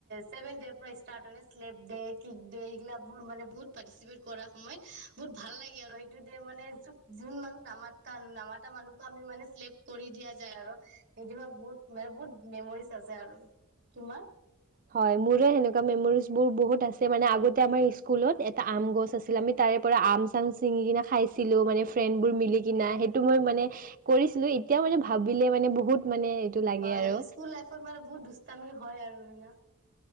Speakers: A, on the right; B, on the right.
A: চেভেন ডে পৰা ষ্টাৰট হয়, শ্লেপ ডে, কিক ডে সেইগিলা মানে বহুত পাৰ্টিচিপেট কৰা সময়ত বহুত ভাল লাগে আৰু সেইটো মানে যোন মানুহ নামাতা নামাতা মানুহ ত আমি মানে শ্লেপ কৰি দিয়া যায় আৰু সেইটো বহুত মানে বহুত মেমৰিজ আছে আৰু। তোমাৰ?
B: হয় মোৰো সেনেকুৱা মেমৰিজ বোৰ বহুত আছে মানে আগতে আমাৰ স্কুলত এটা আম গছ আ ছিল আমি তাৰে পৰা আম চাম চিঙি কিনে খাইছিলো মানে ফ্ৰেণ্ড বোৰ মিলি কিনা সেইটো মই মানে কৰিছিলো এতিয়াও মানে ভাবিলে মানে বহুত মানে লাগে
A: হয়
B: আৰু।
A: স্কুল লাইফত মানে বহুত দুষ্টামি হয় আৰু মানে।